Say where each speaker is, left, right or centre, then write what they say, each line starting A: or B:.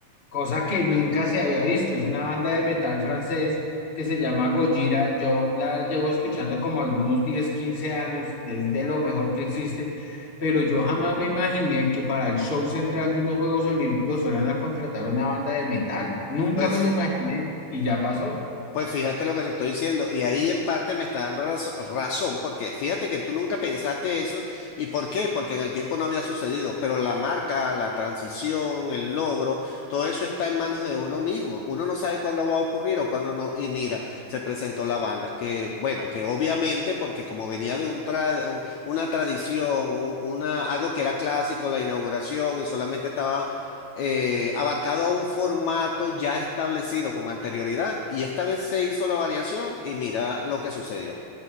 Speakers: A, on the left (about 30°); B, on the left (about 75°).
A: cosa que nunca se había visto. Es una banda de metal francés que se llama Gojira. Yo la llevo escuchando como algunos 10 15 años, es de lo mejor que existe, pero yo jamás me imaginé que para el show central de unos Juegos Olímpicos fueran a contratar una banda de metal. Nunca
B: Pues,
A: me lo imaginé y ya pasó.
B: pues fíjate lo que te estoy diciendo. Y ahí en parte me está dando razo- razón, porque fíjate que tú nunca pensaste eso. ¿Y por qué? Porque en el tiempo no había sucedido. Pero la marca, la transición, el logro, todo eso está en manos de uno mismo. Uno no sabe cuándo va a ocurrir o cuándo no. Y mira, se presentó la banda. Que bueno, que obviamente, porque como venía de un tra- un- una tradición, un- una, algo que era clásico, la inauguración, y solamente estaba eh, abarcado a un formato ya establecido con anterioridad y esta vez se hizo la variación y mira lo que sucedió.